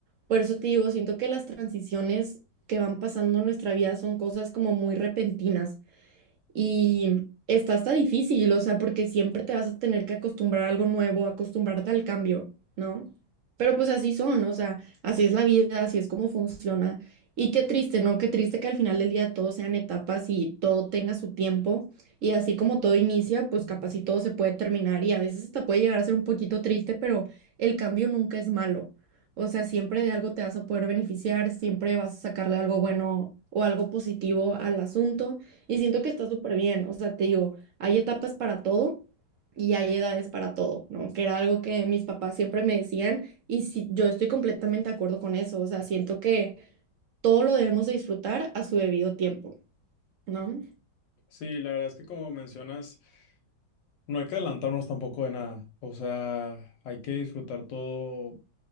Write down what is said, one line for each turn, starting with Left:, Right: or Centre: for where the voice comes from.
Right: Por eso te digo, siento que las transiciones que van pasando en nuestra vida son cosas como muy repentinas y está hasta difícil, o sea, porque siempre te vas a tener que acostumbrar a algo nuevo, acostumbrarte al cambio, ¿no? Pero pues así son, o sea, así es la vida, así es como funciona. Y qué triste, ¿no? Qué triste que al final del día todo sean etapas y todo tenga su tiempo. Y así como todo inicia, pues capaz y todo se puede terminar y a veces hasta puede llegar a ser un poquito triste, pero el cambio nunca es malo. O sea, siempre de algo te vas a poder beneficiar, siempre vas a sacarle algo bueno o algo positivo al asunto. Y siento que está súper bien, o sea, te digo, hay etapas para todo y hay edades para todo, ¿no? Que era algo que mis papás siempre me decían y sí, yo estoy completamente de acuerdo con eso, o sea, siento que todo lo debemos de disfrutar a su debido tiempo, ¿no?
Left: Sí, la verdad es que como mencionas, no hay que adelantarnos tampoco de nada, o sea, hay que disfrutar todo